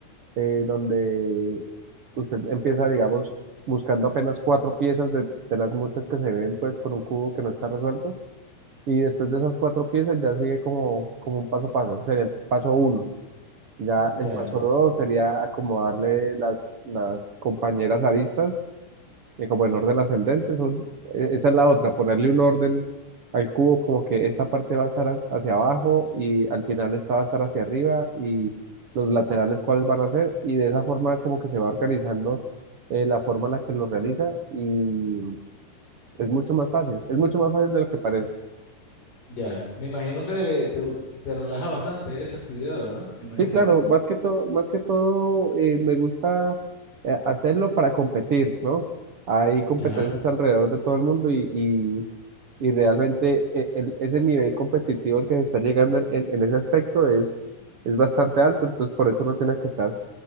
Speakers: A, on the right; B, on the left.
A: eh, donde usted empieza, digamos, buscando apenas cuatro piezas de, de las muchas que se ven, pues, con un cubo que no está resuelto, y después de esas cuatro piezas ya sigue como, como un paso a paso, ese sería el paso uno. Ya el
B: ya,
A: paso dos sería acomodarle las, las compañeras aristas eh, como en orden ascendente, son, e- esa es la otra, ponerle un orden al cubo como que esta parte va a estar as- hacia abajo y al final esta va a estar hacia arriba y los laterales cuáles van a ser y de esa forma como que se va organizando eh, la forma en la que lo realiza y es mucho más fácil, es mucho más fácil de lo que parece.
B: ya. Me imagino que te, te relaja bastante esa actividad, ¿verdad? Me imagino.
A: Sí, claro, más que todo, más que todo eh, me gusta eh, hacerlo para competir, ¿no? Hay competencias
B: Ya.
A: alrededor de todo el mundo y, Y realmente eh, el- ese nivel competitivo al que se está llegando en, en- en ese aspecto es, es bastante alto, entonces por eso uno tiene que estar